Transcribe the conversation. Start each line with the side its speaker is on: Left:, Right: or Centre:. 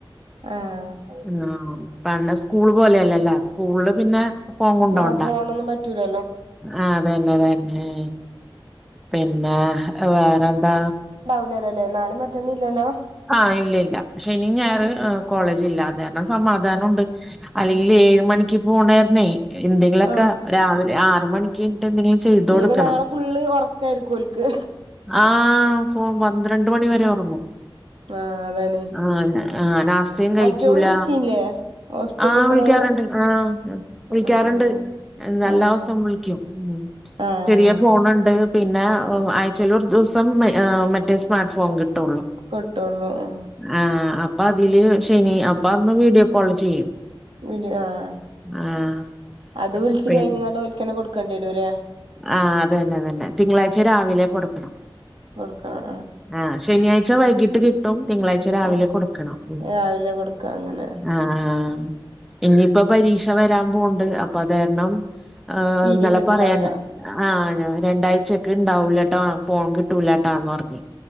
Right: ആഹ്
Centre: ആഹ് പണ്ട് സ്കൂള് പോലെയല്ലല്ല സ്കൂള് പിന്നെ ഫോൺ കൊണ്ടോണ്ട
Right: ആ ഫോണൊന്നും പറ്റൂല
Centre: ആഹ് അതന്നേ അതന്നേ പിന്നാ വേറെന്താ
Right: ല്ല ല്ലല്ലേ നാളെ മറ്റന്നി ഇല്ലല്ലോ
Centre: ആ ഇല്ല ഇല്ല ശെനി ഞായറ്
Right: ആഹ്
Centre: ആ കോളേജ് ഇല്ല അത് കാരണം സമാധാനം
Right: ആഹ്
Centre: ഉണ്ട് അല്ലെങ്കില് ഏഴ് മണിക്ക് പോണകാരണേ എന്തെങ്കിലുവൊക്ക
Right: ആഹ്
Centre: രാവിലെ ആറ് മണിക്ക് ട്ട എന്തെങ്കിലും ചെയ്തൊടുക്കണം
Right: ഇനിയിപ്പോ നാളെ ഫുള്ള് ഒറക്കാരിക്കും ഓൽക്ക്
Centre: ആ ഫോ പന്ത്രണ്ട് മണി വരെ ഒറങ്ങും
Right: ആഹ് അതാണ്
Centre: ആന്ന ആഹ് നാസ് സെയിം കഴിച്ചൂല
Right: മറ്റോള് വിളിച്ചീല്ലേ ഹോസ്റ്റലിൽ
Centre: ആ
Right: നിക്കണോള്
Centre: വിളിക്കാറുണ്ട് ആ വിളിക്കാറുണ്ട്
Right: ആഹ്
Centre: എന്നെല്ലോസം
Right: ആഹ്
Centre: വിളിക്കും ഉം
Right: ആഹ്
Centre: ചെറിയ ഫോണെണ്ട് പിന്ന ആഴ്ച്ചേല് ഒരു ദിവസം മ ആഹ് മറ്റേ സ്മാർട്ട് ഫോൺ കിട്ടൊള്ളു
Right: കിട്ടുള്ളു ആ
Centre: ആ അപ്പൊ അതില് ശനി അപ്പൊ അന്ന് വീഡിയോ കോള് ചെയ്യും
Right: വീഡിയോ ആഹ്
Centre: ആഹ്
Right: അത് വിളിച്ച്
Centre: പിന്നെ
Right: കഴിഞ്ഞിങ്ങാണ്ട് ഓൽക്കന്നെ കൊടുക്കേണ്ടി വരൂല്ലേ
Centre: ആഹ് അതന്നെ അതന്നെ തിങ്കളാഴ്ച്ച രാവിലെ കൊടുക്കണം.
Right: കൊടുക്കണം
Centre: ആ ശനിയാഴ്ച വൈകിട്ട് കിട്ടും തിങ്കളാഴ്ച രാവിലെ
Right: ആഹ്
Centre: കൊടുക്കണം ഉം
Right: ആഹ് രാവിലെ കൊടുക്ക അങ്ങനെ
Centre: ആഹ് ഇഞ്ഞീപ്പ പരീക്ഷ വരാൻ പോണെണ്ട് അപ്പ അത്കാരണം ആഹ്
Right: തീരിം
Centre: ഇന്നലെ
Right: കിട്ട്ണ്ടാവൂല
Centre: പറയാണ്ട് ആഹ് ഞാൻ രണ്ടാഴ്ച്ചക്ക്‌ ഇണ്ടാവൂല്ലട്ട ഫോൺ കിട്ടൂല്ലാട്ടാന്ന് പറഞ്ഞ്